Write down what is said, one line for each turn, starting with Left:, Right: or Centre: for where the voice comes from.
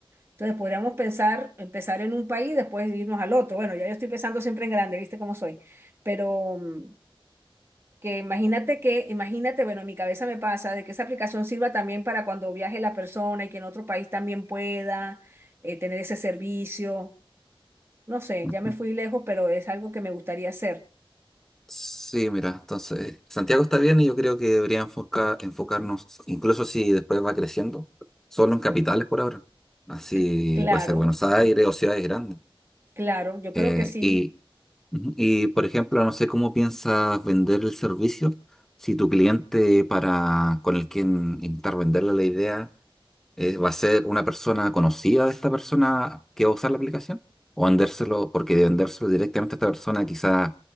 Right: Entonces podríamos pensar, empezar en un país, después irnos al otro. Bueno, ya yo estoy pensando siempre en grande, viste cómo soy, pero... mm, que imagínate que, imagínate, bueno, en mi cabeza me pasa de que esa aplicación sirva también para cuando viaje la persona y que en otro país también pueda eh, tener ese servicio. No sé,
Centre: Ujú.
Right: ya me fui lejos, pero es algo que me gustaría hacer.
Centre: Sí, mira, entonces Santiago está bien y yo creo que debería enfoca- enfocarnos, incluso si después va creciendo, solo en capitales por ahora. Así
Right: Cl- claro,
Centre: puede ser Buenos Aires o ciudades grandes.
Right: claro, yo creo
Centre: Eh,
Right: que sí.
Centre: y, ujú, y, por ejemplo, no sé cómo piensas vender el servicio. Si tu cliente para con el quien intentar venderle la idea eh, ¿va a ser una persona conocida de esta persona que va a usar la aplicación? ¿O vendérselo, porque de vendérselo directamente a esta persona quizás